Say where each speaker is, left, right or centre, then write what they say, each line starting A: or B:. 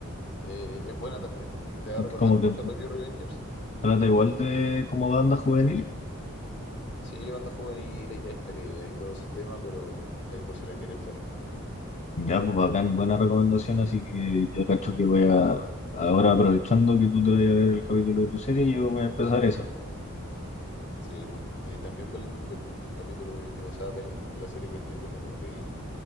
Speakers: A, on the left (about 55°); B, on the left (about 30°).
A: Eh, es buena también. Te va a recordar
B: Como
A: mucho
B: que
A: a Tokyo Revengers,
B: trata
A: pero
B: igual de como banda juvenil.
A: sí, banda juvenil y hay pelea y todo ese tema, pero ahí por si la quieres ver.
B: Ya, pues bacán, buena recomendación, así que yo cacho que voy a, ahora aprovechando que tú te vayas a ver el capítulo de tu serie, yo voy a empezar esa.
A: Sí, po. Y también ve el, el capítulo de, o sea, ve la, ve la serie que estoy viendo, como te digo.